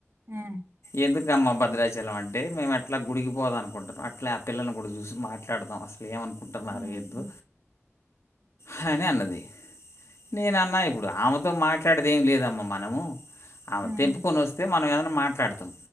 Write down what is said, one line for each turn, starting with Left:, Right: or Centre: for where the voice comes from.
Right: హ్మ్.
Left: ఎందుకమ్మా భద్రాచలం ఆన్ టే మేము ఎట్లా గుడికి పోదాం అనుకుంటున్నాం అట్లే ఆ పిల్లని కూడ చూసి మాట్లాడదాం అసలేం అను కుంటున్నారు
Right: హ్మ్.
Left: ఏందో
Right: హ్మ్.
Left: హనే అన్నది నేను అన్న ఇప్ ఇప్పుడు ఆమెతో మాట్లాడేది ఏమీ లేదమ్మా మనము ఆమె
Right: హ్మ్.
Left: తెంపుకొని వస్తే మనం ఏదన్నా మాట్లాడుతాం